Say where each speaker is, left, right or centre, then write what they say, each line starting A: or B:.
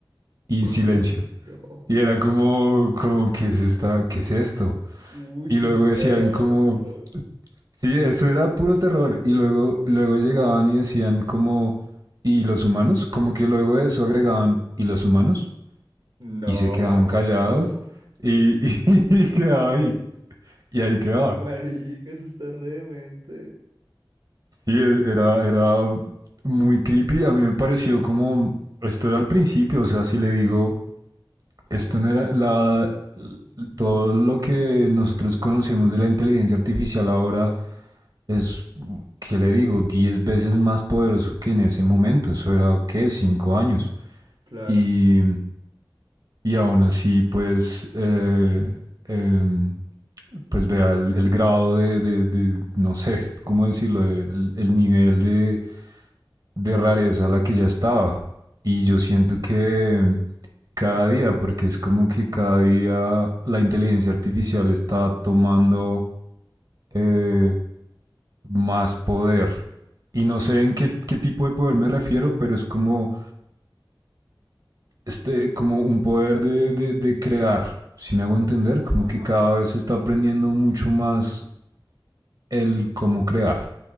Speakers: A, on the right; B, on the right.
A: Y
B: <laughs>
A: silencio.
B: Uy, no.
A: Y era como, como, ¿qué es esta, qué es esto?
B: Uy,
A: Y
B: eso
A: luego
B: está
A: decían como,
B: re terror.
A: sí, eso era puro terror. Y luego, luego llegaban y decían como, ¿y los humanos? Como que luego de eso agregaban, ¿y los humanos?
B: No.
A: Y se quedaban callados y, y, <laughs> y quedaba ahí. Y ahí quedaba.
B: Marica, eso está re demente.
A: Sí, e- era, era muy creepy. A mí me pareció como, esto era al principio, o sea, si le digo, esto no era la,
B: Mm.
A: todo lo que nosotros conocemos de la inteligencia artificial ahora es, ¿qué le digo? 10 veces más poderoso que en ese momento. Eso era, ¿qué? 5 años.
B: Claro,
A: Y, y aún así, pues, eh, eh, pues vea el, el grado de, de, de, no sé, ¿cómo decirlo? El, el nivel de, de rareza a la que ya estaba. Y yo siento que cada día, porque es como que cada día la inteligencia artificial está tomando eh, más poder. Y no sé en qué, qué tipo de poder me refiero, pero es como, este, como un poder de, de, de crear, si me hago entender, como
B: ajá.
A: que cada vez se está aprendiendo mucho más el cómo crear.